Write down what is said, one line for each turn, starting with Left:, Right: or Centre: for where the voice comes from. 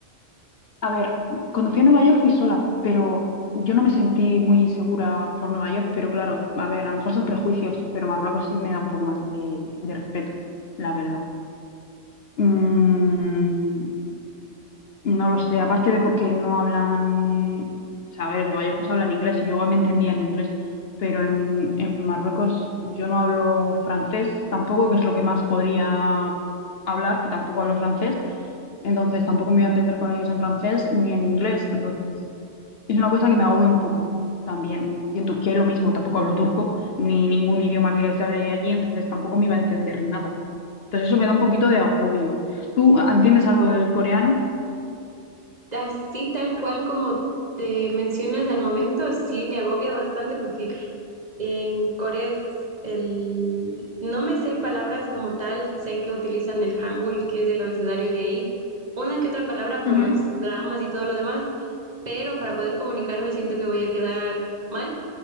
Left: A ver, cuando fui a Nueva York fui sola, pero yo no me sentí muy insegura por Nueva York, pero claro, a ver, a lo mejor son prejuicios, pero Marruecos sí me da un poco más de, de respeto, la verdad. Mm, no lo sé, aparte de porque no hablan, o sea, a ver, en Nueva York pues hablan inglés y yo me entendía en inglés, pero en, en Marruecos yo no hablo francés tampoco, que es lo que más podría hablar, que tampoco hablo francés, entonces tampoco me voy a entender con ellos en francés ni en inglés, entonces es una cosa que me agobia un poco también. Y en Turquía es lo mismo, tampoco hablo turco, ni ningún idioma que se hable allí, entonces tampoco me iba a entender nada. Entonces eso me da un poquito de agobio. ¿Tú entiendes algo del coreano?
Right: Así tal cual como te mencionas al momento, sí me agobia bastante porque En Corea es el... No me sé palabras como tal, sé que utilizan el Hangul, que es el abecedario de ahí, una que otra palabra por
Left: Ujú.
Right: los dramas y todo lo demás, pero para poder comunicarme siento que voy a quedar mal,